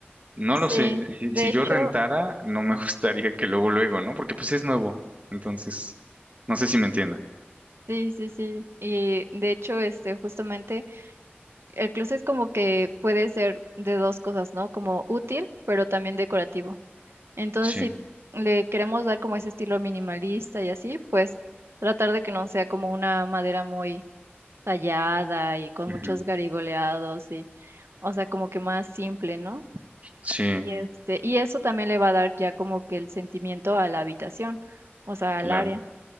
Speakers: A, on the right (about 35°); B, on the right (about 80°).
A: No
B: sí,
A: lo sé, si,
B: de
A: si
B: hecho,
A: yo rentara, no me <laughs> gustaría que luego luego, ¿no? Porque pues es nuevo. Entonces, no sé si me entiendo.
B: sí, sí, sí. Y de hecho, este, justamente, el closet como que puede ser de dos cosas, ¿no? Como útil, pero también decorativo. Entonces,
A: Sí,
B: si le queremos dar como ese estilo minimalista y así, pues tratar de que no sea como una madera muy tallada y con
A: ujú,
B: muchos garigoleados y, o sea, como que más simple, ¿no?
A: Sí,
B: Y este, y eso también le va a dar ya como que el sentimiento a la habitación, o sea,
A: claro.
B: al área.